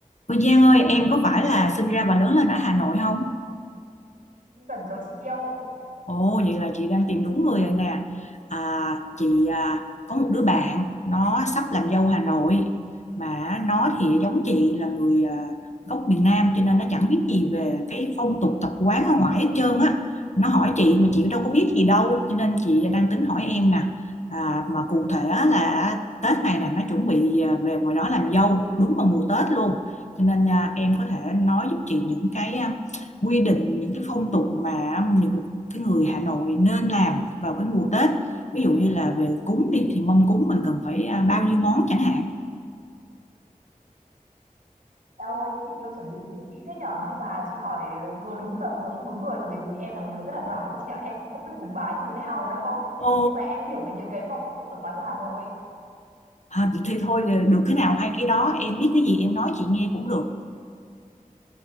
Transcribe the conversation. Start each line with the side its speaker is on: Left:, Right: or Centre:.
Left: Ôi Giang ơi, em có phải là sinh ra và lớn lên ở Hà Nội không?
Right: chuẩn rồi chị yêu
Left: Ồ, vậy là chị đang tìm đúng người rồi nè. À, chị à, có một đứa bạn nó sắp làm dâu Hà Nội mà nó thì giống chị là người à, gốc miền Nam cho nên nó chẳng biết gì về cái phong tục tập quán ở ngoài hết trơn á. Nó hỏi chị mà chị đâu có biết gì đâu cho nên chị đang tính hỏi em nè. À, mà cụ thể á là Tết này nè nó chuẩn bị à, về ngoài đó làm dâu đúng vào mùa Tết luôn. Cho nên à, em có thể nói giúp chị những cái à, quy định những cái phong tục mà những cái người Hà Nội nên làm vào cái mùa Tết ví dụ như là về cúng đi thì mâm cúng mình cần phải à, bao nhiêu món chẳng hạn
Right: em ơi chị yêu chuẩn bị kỹ thế nhở nhưng mà chị hỏi ờ, vừa đúng và vừa không đúng người rồi bởi vì em là một đứa rất là đoản đấy chị ạ em cũng không biết cúng bái như thế nào <laughs> đâu
Left: ô
Right: nhưng mà em hiểu về những cái phong tục tập quán của Hà Nội
Left: à, thì thôi được cái nào hay cái đó em biết cái gì em nói chị nghe cũng được